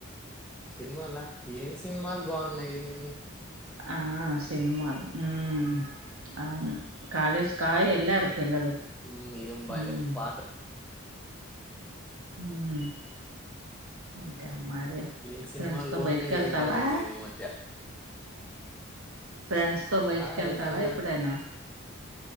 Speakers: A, in the centre; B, on the right (about 80°).
A: సినిమాలా ఏం సినిమాలు బావున్నాయి అని
B: ఆ సినిమాలు ఉమ్మ్ అవును కాలేజ్ కా ఎళ్ళారు పిల్లలు
A: ఉమ్మ్ ఏం బాలేవు
B: మ్మ్
A: పా <unintelligible>
B: హ్మ్ ఇంకా మరి
A: ఏం సినిమాలు
B: ఫ్రెండ్స్ తో
A: బాగున్నాయి
B: బైటికెళ్తావా
A: ఏం బాగోట్లేదు ఈ మధ్య
B: ఫ్రెండ్స్ తో బయటికెళ్తావా
A: ఆ వెళ్తానుగా
B: ఎప్పుడైనా ఉ